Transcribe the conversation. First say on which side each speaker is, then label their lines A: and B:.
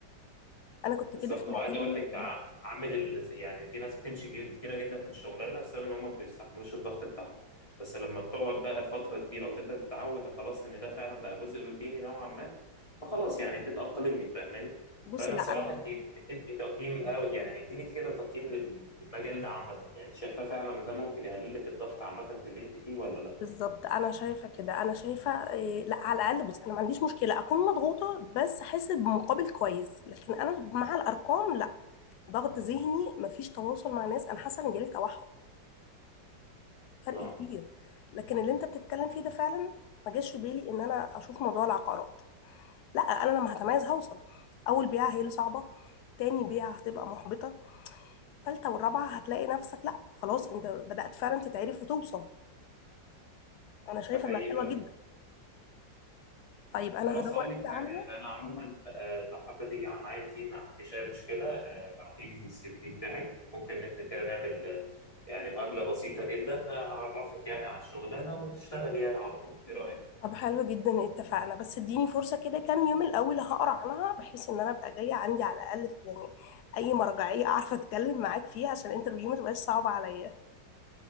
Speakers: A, on the left; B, on the left.
A: انا كنت
B: بالظبط
A: كده في مجالي
B: وعايز اقول
A: القديم
B: لك ع- عامل ال- يعني في ناس بتمشي جي- كتيره جدا من الشغلانه بسبب ان هم ما بيستحملوش الضغط بتاعها بس لما بتقعد بقى فتره كبيره وتبدا تتعود خلاص ان ده فعلا بقى جزء روتيني نوعا ما فخلاص يعني بتتاقلمي فاهماني
A: بصي
B: فانا
A: لا
B: الصراحه
A: انا
B: انت بتدي تقييم قوي يعني اديني انت كده تقييم لل- للمجال ده عامه يعني انت شايفاه فعلا ان ده ممكن يقلل لك الضغط عامه في اللي انت فيه ولا لا؟
A: بالظبط انا شايفه كده انا شايفه إيه، لا على الاقل بص انا ما عنديش مشكله اكون مضغوطه بس احس بمقابل كويس لكن انا مع الارقام لا ضغط ذهني ما فيش تواصل مع ناس انا حاسه ان جالي توحد فرق
B: اه
A: كبير لكن اللي انت بتتكلم فيه ده فعلا ما جاش في بالي ان انا اشوف موضوع العقارات لا انا لما هتميز هوصل اول بيعه هي اللي صعبه تاني بيعه هتبقى محبطه تالتة والرابعه هتلاقي نفسك لا خلاص انت بدأت فعلا تتعرف وتوصل انا شايفه
B: ده حقيقي
A: انها حلوه
B: فعلاً.
A: جدا طيب انا
B: خلاص
A: هدور
B: اقول لك
A: كده
B: حاجه
A: عنها
B: عشان انا عموما آه، لو حابه تيجي على معايا دي ما عنديش اي مشكله آه، ابعتي لي السي في بتاعك ممكن انت كده نعمل آه، يعني مقابله بسيطه جدا آه، هعرفك يعني على الشغلانه وتشتغلي يعني على طول ايه رايك
A: طب حلو جدا اتفقنا بس اديني فرصة كده كام يوم الأول هقرا عنها بحيث ان انا ابقى جاية عندي على الأقل يعني اي مرجعية اعرف اتكلم معاك فيها عشان الانترفيو ما تبقاش صعبة عليا